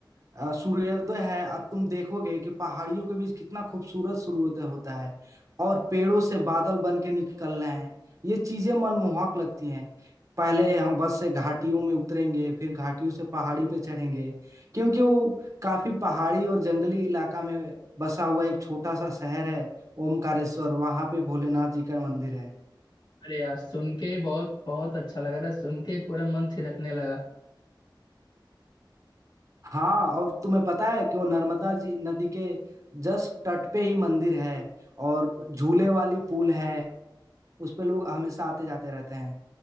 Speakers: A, on the right (about 40°); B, on the left (about 65°).
A: अ, सूर्योदय है अ, तुम देखोगे कि पहाड़ियों के बीच कितना खूबसूरत सूर्योदय होता है और पेड़ों से बादल बन के निकल रहे हैं ये चीजें मनमोहक लगती हैं पहले हम बस से घाटियों में उतरेंगे फिर घाटियों से पहाड़ी पे चढ़ेंगे क्योंकि वो काफी पहाड़ी और जंगली इलाका में बसा हुआ एक छोटा सा शहर है ओमकारेश्वर वहां पे भोलेनाथ जी का मंदिर है
B: अरे यार सुन के ही बहुत बहुत अच्छा लग रहा है सुन के ही पूरा मन थिरकने लगा
A: हाँ और तुम्हें पता है कि वो नर्मदा जी नदी के जस्ट तट पे ही मंदिर है और झूले वाली पुल है उस पे लोग हमेशा आते जाते रहते हैं